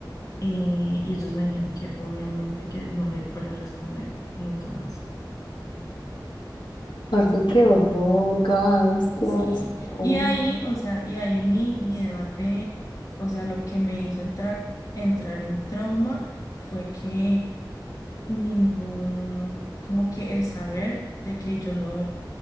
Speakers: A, on the left (about 45°); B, on the left (about 80°).
A: eh, y ellos me dijeron que obviamente que no le fuera a responder nunca más.
B: Aparte, qué horror, gas, qué
A: Sí,
B: asco.
A: y ahí, o sea, y ahí mi, mi debate, o sea, lo que me hizo entrar, entrar en trauma fue que ningún, como que el saber de que yo no